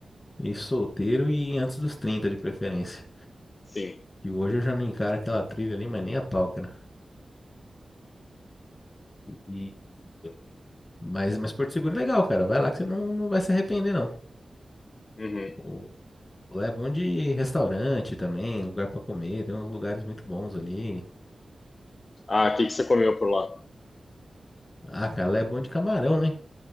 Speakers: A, on the left (about 30°); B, on the left (about 45°).
A: ir solteiro e antes dos 30 de preferência.
B: Sim.
A: E hoje eu já não encaro aquela trilha ali, mas nem a pau, cara. E, e- Mas, mas Porto Seguro é legal, cara. Vai lá que você não, não vai se arrepender, não.
B: Uhum.
A: O... Lá é bom de restaurante também, lugar pra comer, tem uns lugares muito bons ali.
B: Ah, o que que você comeu por lá?
A: Ah, cara, lá é bom de camarão, né?